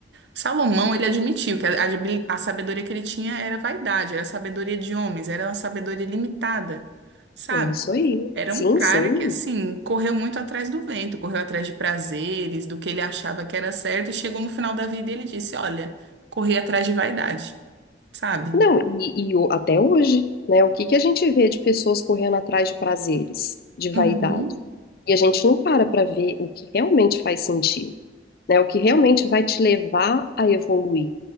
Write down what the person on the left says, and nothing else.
É isso aí.
Sim,
sei.
Não, e, e o- até hoje, né? O que que a gente vê de pessoas correndo atrás de prazeres, de vaidade?
E a gente não para para ver o que realmente faz sentido, né? O que realmente vai te levar a evoluir,